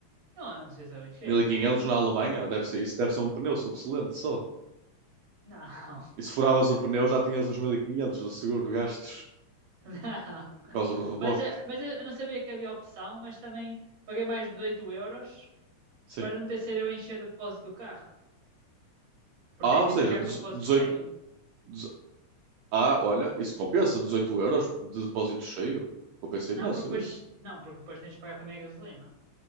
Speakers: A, on the right (about 45°); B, on the right (about 85°).
A: Não, eu não sei se arrisquei,
B: 1500
A: arrisquei.
B: na Alemanha, deve ser, isso deve ser um pneu sobressalente só.
A: Não.
B: E se furavas
A: <laughs>
B: o pneu já tinhas os 1500 do seguro gastos
A: Não.
B: por causa do reboque.
A: Mas, eh, mas eu não sabia que havia opção, mas também paguei mais de 18 euros
B: Sim.
A: para não ter sido eu a encher o depósito do carro. Porque
B: Ah,
A: tens
B: ou
A: de
B: seja,
A: entregar
B: dezo-
A: com o depósito
B: 18.
A: cheio.
B: dezo- Ah, olha, isso compensa, 18 euros de depósito cheio. Compensa
A: Não,
B: imenso
A: porque depois,
B: isso.
A: não, porque depois tens de pagar também a gasolina.